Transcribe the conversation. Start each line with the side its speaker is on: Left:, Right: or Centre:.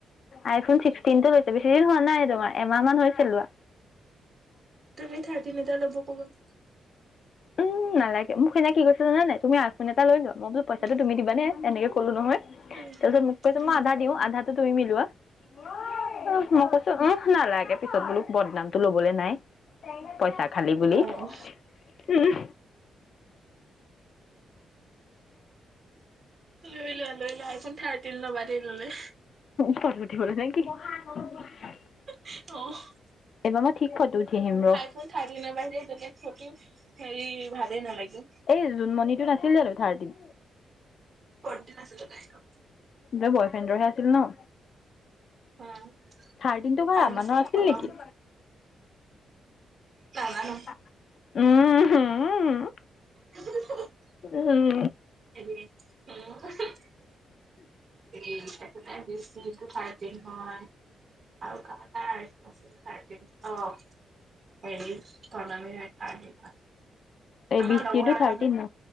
Left: আইফোন ছিক্সটিনটো লৈছে, বেছি দিন হোৱা নাই তোমাৰ, এমাহ মান হৈছে লোৱা।
Right: তুমি থাৰ্টিন এটা ল'ব ক'বা।
Left: উম, নালাগে। মোক সেইদিনা কি কৈছে, জান নাই! তুমি আইফোন এটা লৈ লোৱা? মই বোলো পইচাটো
Right: উম,
Left: তুমি দিবানে, এনেকে ক'লো নহয়!
Right: উম,
Left: তাৰপিছত, মোক কৈছে,
Right: উম,
Left: মই আধা দিওঁ, আধাটো তুমি মিলোৱা। <unintelligible> উম, নালাগে, পিছত বোলোঁ, বদনামটো লবলে নাই, পইচা খালি বুলি।
Right: অ',
Left: উম!
Right: লৈ লোৱা লৈ লোৱা, আইফোন থাৰ্টিন ল'বা দেই ল'লে।
Left: ফটো উঠিবলে নে কি? <unintelligible>
Right: অ'!
Left: এইবাৰ মই, ঠিক ফটো উঠি আহিম ৰ'।
Right: ফোন থাৰ্টিন <unintelligible> যেতিয়া ফটো, সেৰি ভালেই নালাগে।
Left: এই, জোনমণিটো নাছিল জানোঁ, থাৰ্টিন?
Right: ফ'ৰ্টিন আছিলে, তাইৰটো।
Left: তাৰ বয় ফ্ৰেণ্ডৰহে আছিল ন
Right: উম,
Left: থাৰ্টিনটো বাও
Right: ভাঙিছিঙি
Left: আমানৰ আছিল
Right: খতম
Left: নিকি
Right: নাজানো
Left: উমহুম উম
Right: <unintelligible>
Left: উম
Right: <unintelligible> এই এইটো যে বি ছিটো থাৰ্টিন হয় আৰু কাৰ কাৰ <unintelligible> আছিল থাৰ্টিন অ <unintelligible>
Left: এই
Right: আমাৰ
Left: বিশ
Right: লগৰ
Left: টিৰটো থাৰ্টিন ন?